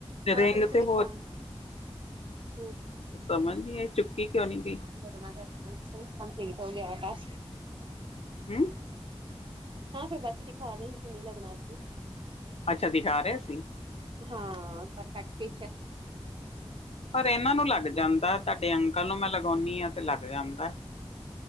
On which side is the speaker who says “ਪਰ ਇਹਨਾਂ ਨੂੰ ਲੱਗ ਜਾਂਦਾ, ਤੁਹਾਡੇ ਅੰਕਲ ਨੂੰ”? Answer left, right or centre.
Left